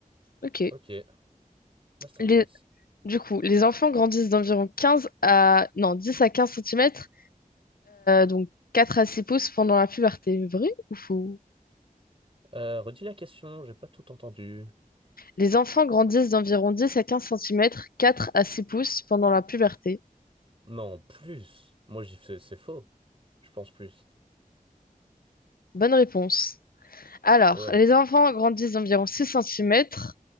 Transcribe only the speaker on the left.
Ok.
Les- Du coup, les enfants grandissent d'environ 15 à... Non, 10 à 15 cm, donc 4 à 6 pouces pendant la puberté. Vrai ou faux?
Les enfants grandissent d'environ 10 à 15 centimètres, 4 à 6 pouces pendant la puberté.
Bonne réponse. Alors,
les enfants grandissent d'environ six centimètres,